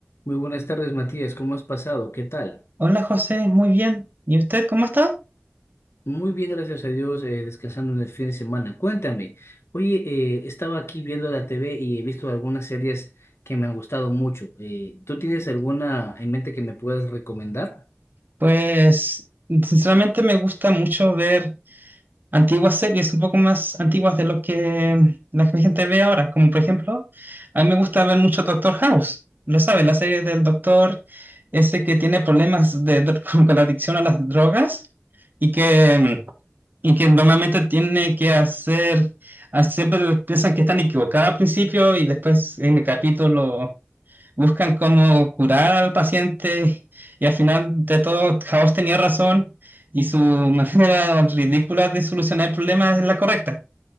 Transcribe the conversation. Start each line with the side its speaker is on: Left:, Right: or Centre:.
Left: Muy buenas tardes, Matías. ¿Cómo has pasado? ¿Qué tal?
Right: Hola José, muy bien. ¿Y usted cómo está?
Left: Muy bien, gracias a Dios, eh, descansando en el fin de semana. Cuéntame, oye, eh, estaba aquí viendo la TV y he visto algunas series que me han gustado mucho. Eh, ¿tú tienes alguna en mente que me puedas recomendar?
Right: Pues sinceramente me gusta mucho ver antiguas series, un poco más antiguas de lo que la gente ve ahora, como por ejemplo, a mí me gusta ver mucho Doctor House, lo sabe, la serie del doctor ese que tiene problemas de, dr- <laughs> con la adicción a las drogas y que, y que normalmente tiene que hacer, siempre piensan que están equivocados al principio y después en el capítulo... buscan cómo curar al paciente y al final de todo House tenía razón y su <laughs> manera ridícula de solucionar el problema es la correcta.